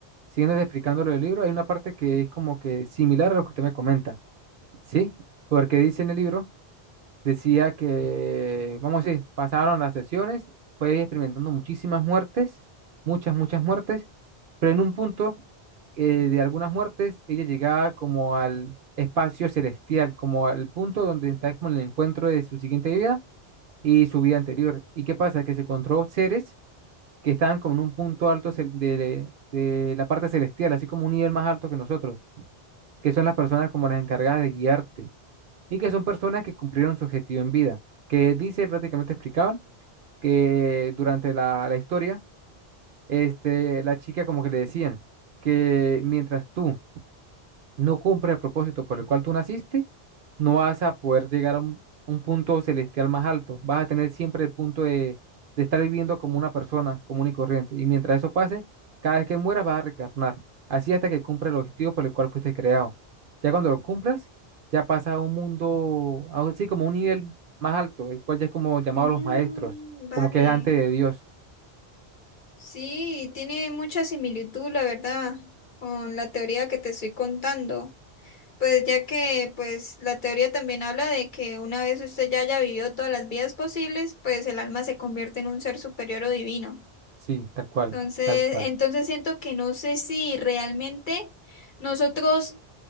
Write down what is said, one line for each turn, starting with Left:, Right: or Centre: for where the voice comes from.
Right: siguiendo explicando lo del libro, hay una parte que es como que similar a lo que usted me comenta, ¿sí? Porque dice en el libro decía que, vamos a decir, pasaron las sesiones, fue experimentando muchísimas muertes, muchas, muchas muertes, pero en un punto eh, de algunas muertes ella llegaba como al espacio celestial, como al punto donde está como el encuentro de su siguiente vida y su vida anterior. ¿Y qué pasa? Que se encontró seres que estaban como en un punto alto cel- de, de de la parte celestial, así como un nivel más alto que nosotros, que son las personas como las encargadas de guiarte y que son personas que cumplieron su objetivo en vida, que dice, prácticamente explicaban, que durante la, la historia, este, la chica como que le decían que mientras tú no cumple el propósito por el cual tú naciste, no vas a poder llegar a un, un punto celestial más alto. Vas a tener siempre el punto de, de estar viviendo como una persona común y corriente. Y mientras eso pase, cada vez que mueras vas a reencarnar. Así hasta que cumpla el objetivo por el cual fuiste creado. Ya cuando lo cumplas, ya pasa a un mundo, algo así como un nivel más alto, el cual ya es como llamado
Left: Mm,
Right: los maestros,
Left: vale.
Right: como que es antes de Dios.
Left: Sí, tiene mucha similitud, la verdad, con la teoría que te estoy contando. Pues ya que pues la teoría también habla de que una vez usted ya haya vivido todas las vidas posibles, pues el alma se convierte en un ser superior o divino.
Right: Sí, tal cual,
Left: Entonces,
Right: tal cual.
Left: entonces siento que no sé si realmente nosotros